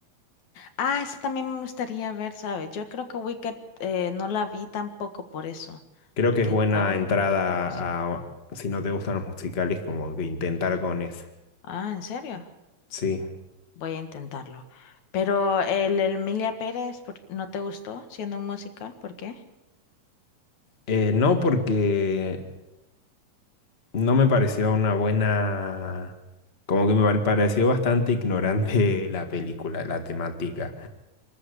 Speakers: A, on the left; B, on the left.
A: Ah, eso también me gustaría ver, ¿sabes? Yo creo que Wicked eh, no la vi tampoco por eso,
B: Creo
A: porque
B: que es buena
A: entraba un
B: entrada
A: poquito música.
B: a, si no te gustan los musicales, como que intentar con esa.
A: Ah, ¿en serio?
B: Sí.
A: Voy a intentarlo. Pero el Emilia Pérez, ¿por- ¿no te gustó siendo un musical? ¿Por qué?
B: Eh, no porque No me pareció una buena... Como que me pare- pareció bastante ignorante <laughs> la película, la temática.